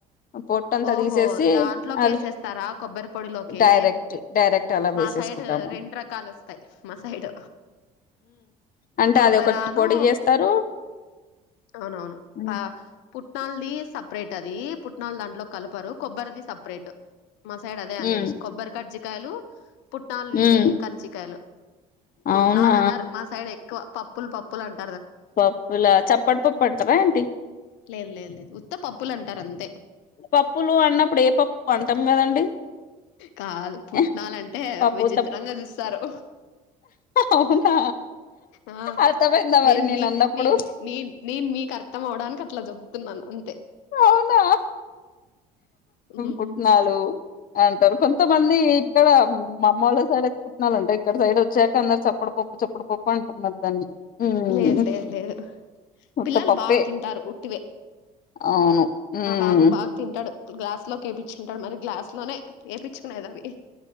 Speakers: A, on the left (about 45°); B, on the left (about 75°).
A: పొట్ట అంతా
B: ఓహో
A: తీసేసి
B: దాంట్లోకేసేస్తారా
A: అది
B: కొబ్బరి పొడిలోకి?
A: డైరెక్ట్ డైరెక్ట్ అలా
B: మా
A: వేసేసుకుంటాము
B: సైడ్ రెండు రకాలొస్తాయి మా సైడ్
A: అంటే
B: కొబ్బరాను
A: అది ఒకటి పొడి చేస్తారు
B: అవునవును
A: ఉమ్
B: పా పుట్నాళది సపరేట్ అదిట్ కనాలు దాంట్లో కలపారు కొబ్బరి అది సపరేట్ మా సైడ్ అదే అనేది
A: ఉమ్
B: కొబ్బరి కట్జికయలు పుట్నాాలు
A: ఉమ్
B: కరచ కాయలు పుట్నాలు
A: అవునా
B: అన్నారు మా సైడ్ ఎక్కువ పప్పులు పప్పులు అంట
A: పప్పులా చప్పట్ పప్పంటార ఆంటీ
B: లేదు లేదు లేదు ఉత్త పప్పులుంటారు అంతే
A: పప్పులు అన్నప్పుడు ఏ పప్పు అంటాం కదండి
B: కాదు పుట్నాలంటే
A: ఎహ్, పప్పు
B: విచిత్రంగా
A: తప్ప
B: చూస్తారు
A: అవునా
B: ఆ
A: అర్తమంద మరి
B: నేను మీ
A: నేను అన్నప్పుడు
B: నే న నేను మీకు అర్థం అవడానికి అట్లా చెబతున్నాను అంతే
A: అవునా
B: ఉహు.
A: పుట్నాలు అంటారు కొంతమంది ఇక్కడ మామ్మళ్ళ సైడ్చ్చకుుాలంటే ఇక్కడ సైడ్ వచ్చాక అందరు చెప్పం చప్పుడ పప్పు చప్పుడు పప్పు అంటున్నారు దాన్ని ఉమ్
B: లేదు లేదు లేదు
A: ఉత్త
B: పిల్లలు
A: పప్పే
B: బాగా తింటారు ఉుట్టివే
A: అవును, ఉమ్
B: ఆ బాబు బాగా తింటాడు గ్లాస్ లో కేయిచ్చుంటాడు మరి గ్లాస్ అట్లోనే వయిచ్చుకునేది అవి